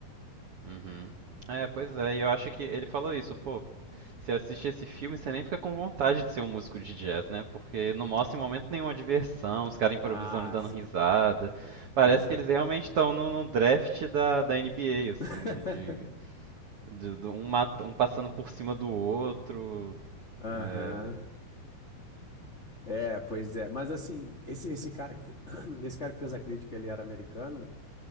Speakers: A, on the right (about 65°); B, on the left (about 80°).
A: Uhum. É, pois é, e eu acho que ele falou isso, pô, você assiste esse filme, você nem fica com vontade de ser um músico de jazz, né? Porque não mostra em momento nenhuma diversão, os caras improvisando
B: Ah,
A: e dando
B: sim.
A: risada. Parece
B: Pois
A: que
B: é.
A: eles realmente estão no, no draft da, da NBA, assim,
B: <laughs>
A: né? De, de- de um, mat- um passando por cima do outro.
B: Aham.
A: É,
B: É, pois é. Mas assim, esse, esse cara que, fe- <clears throat> esse cara que fez a crítica, ele era americano?